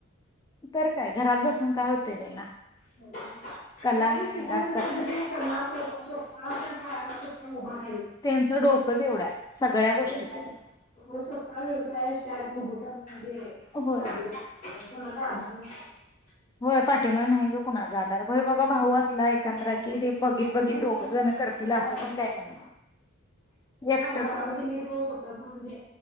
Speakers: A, on the left (about 20°); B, on the left (about 35°).
A: तर काय घरात बसून काय होतंय त्यांना
B: आणि
A: कला आहे
B: शिकून
A: अंगात
B: कला
A: करतात
B: होू शकता फक्त मोबाईल
A: त्याचं डोक डोकच एवढं आहे सगळ्या गोष्टीत
B: तेच की. स्वतः व्यवसाय स्टार्ट होत म्हणजे साधी
A: होय
B: गोष्ट नाही ओ <unintelligible>
A: होय पाठीमाग नाही ग कुणाचा आधार होय बाबा भाऊ असला एकंद्र
B: हो.
A: कि ते बघीत बघीत
B: तेच
A: दोघ
B: की.
A: जण करतील
B: हा.
A: असं
B: आज
A: पण काही नाही एक
B: मी ते स्वतःच म्हणजे